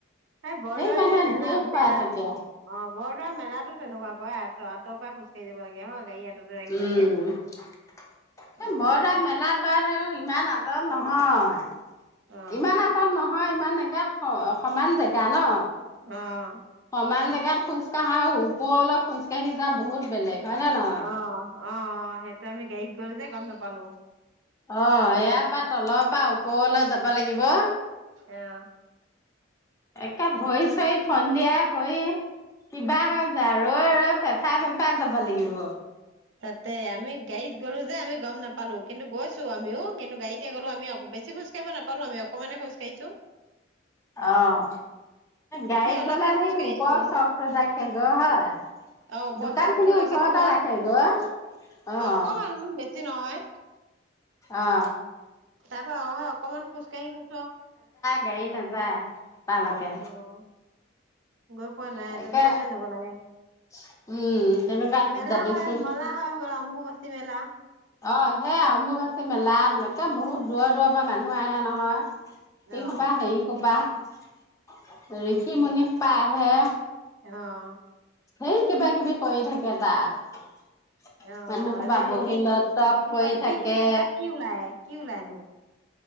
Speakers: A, on the right; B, on the left.
A: এই বৰদোৱা
B: সেই মানে
A: এনে মেলা
B: ঢেৰ খুৱাই
A: মেলা
B: থাকে।
A: অ বৰদোৱা মেলাতো তেনেকুৱা কয় ত আঁৰ খোজকাঢ় যাব লাগে হ গাড়ী আঁতৰতে ৰাখিব
B: উম
A: দিয়ে
B: এ
A: অ
B: বৰদোৱা মেলাত বাৰ আৰু ইমান আঁতৰত নহয়
A: অ
B: ইমান আটাত নহয় নয় ইমান এনেকা সমান জেগা ন
A: অঁ
B: ইমান জেগাত খোজকাঢ়া আৰু ওপৰলৈত খোজকাঢ়ি যা বহুত বেলেগ হয় নে নহয়?
A: অ অ অ সেই মি গাইত গ যে গম নাপালো
B: অ ইয়াৰ পৰা তলৰ পৰা ওপৰলৈ যাব লাগিব
A: আহ
B: এ ভৰি চৰিত সন্ধিয়া কৰি কিবা হয় যায় আৰু ৰৈ ৰৈ ফেফাই ফেফাই যাব লাগিব
A: তাতে আমি গাইত গলো যে আমি গম নাপালো কিন্তু গৈছো আমিও কিন্তু গাড়ীতে গলো আমি বেছি খোজাঢ়িব নাপালো আমি অকমান খোজ কাঢ়ছো
B: অহঁ গাড়ীত
A: অলপহে
B: গলো সি
A: খোজ কাঢ়িছো
B: ওপৰ চক ৰাখেগ হয়
A: অ ওপৰ
B: দোকান
A: চকটো
B: খিনি ওচৰতে
A: ৰাখিছো গ
B: ৰাখেগৈ অহ।
A: অকমান বেছি নহয়
B: অ।
A: তাৰপ অহ অকমান খোজকাঢ়ি গৈছো।
B: গাড়ি নেযায়। তালৈকে।
A: অ গৈ পোৱা নাই তেনেকুৱাতেহে
B: একে
A: যাব লাগে
B: উম, তেনেকুৱাত
A: মেলা
B: যাবিচোন।
A: হয় মেলা হয় হ আম্বুছে। মেলা।
B: অ সেই অম্বুবাচী মেলাত বহুত দূৰৰ দূৰৰ পৰা মানুহ আহে নহয়।
A: অ
B: এই কবা সেৰি কবা। ঋষি মুনি হোপা আহে।
A: অহ
B: সেই কিবা কিবি কৰি থাকে তাত।
A: অ
B: মানুহ সোপা
A: এনে হেৰি
B: বহি লৈ টপ
A: কিবা
B: কৰি
A: কি
B: থাকে
A: কি তাত কি ওলাই হয়। কি ওলাইনোঢ়।